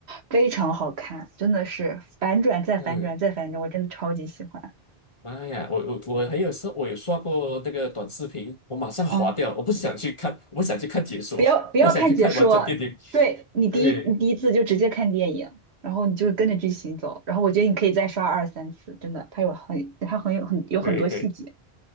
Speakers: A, on the right; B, on the left.
A: 非常好看，真的是反转再反转再反转，
B: 嗯，
A: 我真的超级喜欢。
B: 妈呀，我我我还有时候我有刷过那个短视频，我马上划掉，
A: 嗯，
B: 我不想去看，我不想去看解说，
A: 不要不要看解说，
B: <laughs> 我想去看完整电影。
A: 对你第一你第一次就直接看电影，
B: 对，
A: 然后你就跟着剧情走，然后我觉得你可以再刷二三次，真的，它有很它很有很有很多细节。
B: 可以可以，